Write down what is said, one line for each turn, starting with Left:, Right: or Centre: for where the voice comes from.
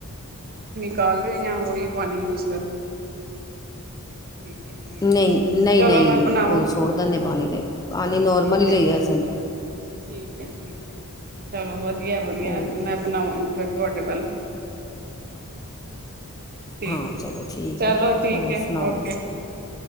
Right: ਕਲ ਆਉ ਈ ਉਈ ਪਾਣੀ ਯੂਜ ਕਰਦੇ ਠੀਕ ਹੈ। ਠੀਕ
Left: ਨਹੀਂ
Right: ਹੈ
Left: ਨਹੀਂ
Right: ਚਲੋ
Left: ਨਹੀਂ
Right: ਮੈਂ ਬਣਾਵਾਂ
Left: ਸੁਟ ਦਿੰਦੇ ਪਾਣੀ ਤੇ ਪਾਣੀ ਨੋਰਮਲ
Right: ਠੀਕ
Left: ਹੀ
Right: ਹੈ
Left: ਲਈਦਾ ਅਸੀਂ
Right: ਠੀਕ ਹੈ ਠੀਕ ਹੈ ਚਲੋ ਵਧੀਆ ਵਧੀਆ
Left: ਹੋਰ
Right: ਮੈਂ ਬਣਾਵਾਂਗੀ ਫਿਰ ਤੁਹਾਡੇ ਵੱਲ ਠੀਕ
Left: ਹਾਂ ਚਲੋ ਠੀਕ
Right: ਚਲੋ
Left: ਹੈ
Right: ਠੀਕ
Left: ਹੋਰ
Right: ਹੈ
Left: ਸੁਣਾਓ
Right: ਓਕੇ